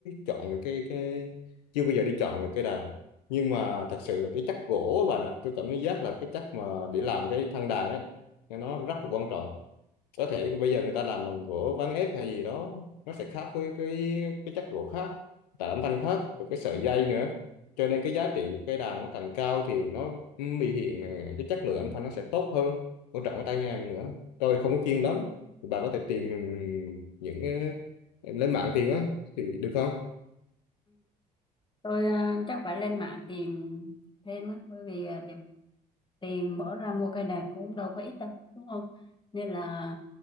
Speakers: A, on the left; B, on the left.
A: chọn được cái cái chưa bao giờ đi chọn được cái đàn nhưng mà thật sự là cái chất gỗ á bạn ạ tôi cảm giác là cái chất mà để làm cái thân đàn ấy nó rất là quan trọng có thể bây giờ người ta làm bằng gỗ ván ép hay gì đó nó sẽ khác với cái cái chất gỗ khác tạo âm thanh khác rồi cái sợi dây nữa cho nên cái giá trị của cây đàn nó càng cao thì nó biểu hiện ờ, cái chất lượng âm thanh nó sẽ tốt hơn quan trọng cái tai nghe mình nữa tôi không có chuyên lắm bà có thể tìm những ờ, lên mạng tìm á thì được không
B: tôi ờ, chắc phải lên mạng tìm thêm á bởi vì ờ, tiền tiền bỏ ra mua cây đàn cũng đâu có ít đâu đúng không nên là